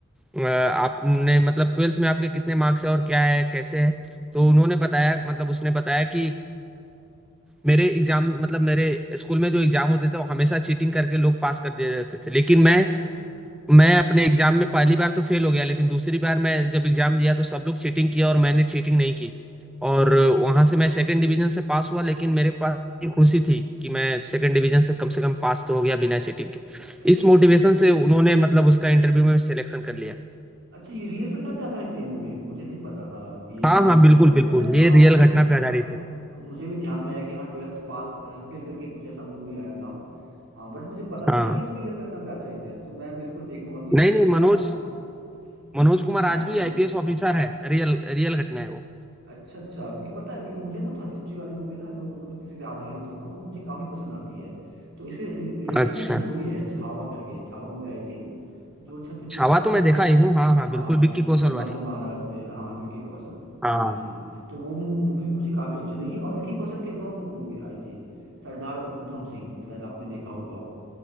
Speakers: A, in the centre; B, on the right.
A: अ, आपने मतलब ट्वेल्थ में आपके कितने मार्क्स है और क्या है कैसे है तो उन्होंने बताया मतलब उसने बताया कि मेरे एग्जाम मतलब मेरे स्कूल में जो एग्जाम होते थे वो हमेशा चीटिंग करके लोग पास कर दिए जाते थे लेकिन मैं मैं अपने एग्जाम में पहली बार तो फेल हो गया लेकिन दूसरी बार मैं जब एग्जाम दिया तो सब लोग चीटिंग किया और मैंने चीटिंग नहीं की और वहां से मैं सेकंड डिवीजन से पास हुआ लेकिन मेरे पास ये खुशी थी कि मैं सेकंड डिवीजन से कम से कम पास तो हो गया बिना चीटिंग के
B: अच्छा
A: इस
B: ये
A: मोटिवेशन से उन्होंने मतलब उसका इंटरव्यू में सिलेक्शन कर लिया
B: अच्छा ये रियल घटना पे आधारित है मूवी मुझे नहीं पता था कि ये
A: हाँ
B: रियल
A: हाँ
B: पे
A: बिल्कुल
B: है
A: बिल्कुल
B: मतलब मैंने
A: ये
B: हाँ
A: रियल
B: मुझे भी
A: घटना
B: ध्यान
A: पे आधारित है
B: मुझे भी ध्यान में आया कि हाँ ट्वेल्थ पास फेल करके कुछ ऐसा मूवी आया था हाँ बट मुझे पता नहीं
A: हाँ
B: था कि वो रियल घटना पे आधारित है तो मैं बिल्कुल देखूंगा क्योंकि
A: नहीं
B: मुझे
A: नहीं
B: पता
A: मनोज
B: है क्योंकि
A: मनोज
B: मुझे
A: कुमार
B: ना
A: आज
B: एक्चुअली
A: भी आईपीएस ऑफिसर है रियल रियल घटना है वो
B: अच्छा अच्छा क्योंकि पता है कि मुझे ना थोड़ा हिस्ट्री वाली मूवी ना जो मतलब किसी पे आधारित हो ना वो मुझे काफी पसंद आती है तो इससे रिलेटेड
A: अच्छा
B: ना एक मूवी है छावा करके छावा मूवी आई थी जो छत्रपति
A: छावा
B: संभाजी
A: तो मैं देखा ही हूँ हाँ हाँ
B: हाँ
A: बिल्कुल विक्की
B: छत्रपति
A: कौशल
B: संभाजी
A: वाली
B: महाराज पे हाँ जो विकी कौशल की
A: हाँ
B: मूवी थी तो वो मूवी भी मुझे काफी अच्छी लगी और विकी कौशल की एक और मूवी आई थी सरदार उधम सिंह शायद आपने देखा होगा